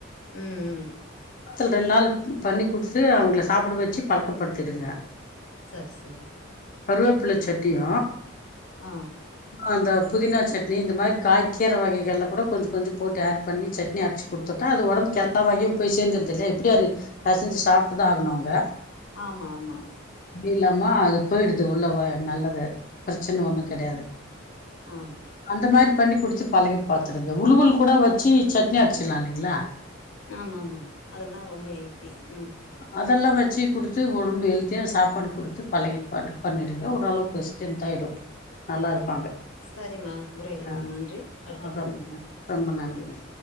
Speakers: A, on the left; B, on the left.
A: ம் ம்
B: த்துல் ரெண்ட் நாள் பண்ணி குடுத்து அவங்கள சாப்புட வச்சு பழக்கப்படுத்திடுங்க
A: சர் சரி
B: கருவேப்புல சட்டியு
A: ஆ
B: அந்த புதினா சட்னி இந்த மாரி காய் கீர வகைகள்ள கூட கொஞ்ச கொஞ்ச போட்டு ஆட் பண்ணி சட்னி அரைச்சு குட்த்துட் டா அது ஒடம்புக்கு எல்லா வகையும் போய் சேர்ந்துட்து இல்லையா இப்டியாரு பெசஞ்சு சாப்ட்டுதா ஆகணு அவங்க
A: ஆமா ஆமா
B: இல்லாமா அது போயிடுது உள்ள ஓ நல்லது பிரச்சன ஒன்னு கெடையாது
A: ஆம்
B: இந்த மாரி பண்ணி குடுத்து பழகி பாத்துடுங்க உளுவுல் கூட வச்சி சட்னி அரச்சிட்லா இல்லீங்களா
A: ஆமா ஆமா அதெல்லா ரொம்ப ஹெல்தி ம்
B: அதெல்லா வச்சி குடுத்து உடம்பு ஹெல்த்தியா சாப்பாடு குடுத்து பழகிப்பாட்டு பண்ணிடுங்க ஓரளவுக்கு ஸ்டென்த் ஆயிடூ நல்லா இருப்பாங்க
A: சரிம்மா உரையாடல்
B: ஆ
A: நன்றி அடுத்த
B: ஆ
A: காலம்
B: ரொம்ப நன் ரொம்ப நன்றி மா